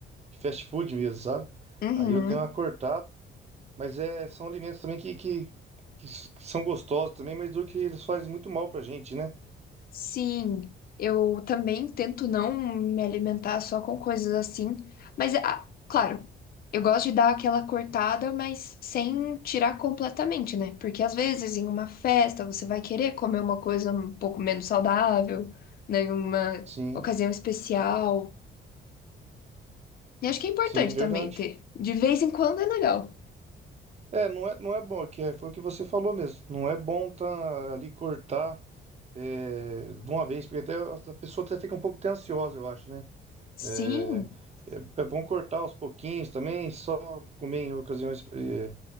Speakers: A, on the right (about 35°); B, on the left (about 50°).
A: de fast food mesmo, sabe?
B: Uhum.
A: Aí eu dei uma cortada. Mas é, são alimentos também que, que, que s- que são gostosos também, mas do que eles fazem muito mal pra gente, né?
B: Sim, eu também tento não me alimentar só com coisas assim, mas ah, claro, eu gosto de dar aquela cortada, mas sem tirar completamente, né? Porque às vezes em uma festa você vai querer comer uma coisa um pouco menos saudável, né? Em uma
A: Sim,
B: ocasião especial. E acho que é importante
A: sim, verdade.
B: também ter. De vez em quando é legal.
A: É, não é, não é bom, que é, foi o que você falou mesmo. Não é bom tá ali cortar é, de uma vez, porque até a a pessoa até fica um pouco até ansiosa, eu acho, né?
B: Sim,
A: É, é, é bom cortar aos pouquinhos também, só comer em ocasiões é,